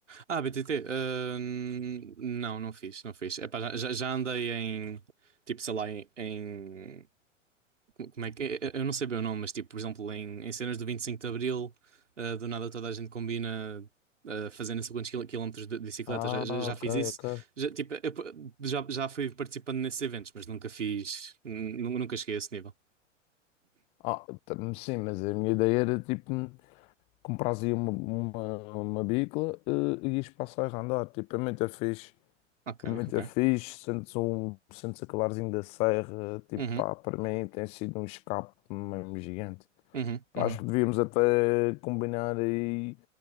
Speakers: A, on the right (about 65°); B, on the left (about 15°).
A: Ah, BTT, ah, n- não, não fiz, não fiz. Epá, já, já já andei em, tipo, sei lá, em, em- como como é que, é? eu não sei bem o nome, mas tipo, por exemplo, em, em cenas do 25 de Abril, ah, do nada toda a gente combina ah, fazer não sei quantos quil- quilómetros de de bicicleta,
B: Ah,
A: já, já, já
B: ok,
A: fiz isso.
B: ok.
A: Já, tipo, eu p- já, já fui participando nesses eventos, mas nunca fiz, nu- nunca cheguei a esse nível.
B: Ah, tam- sim, mas a minha ideia era tipo. Compras uma, uma, uma bicla eh, e ias passar a andar. Tipo, a mim é muito fixe.
A: Ok,
B: Muito
A: ok.
B: é fixe, sentes um, sentes aquele arzinho da serra, tipo,
A: Uhum,
B: pá, para mim tem sido um escape mesmo gigante.
A: uhum,
B: Pá,
A: uhum.
B: acho que devíamos até combinar aí,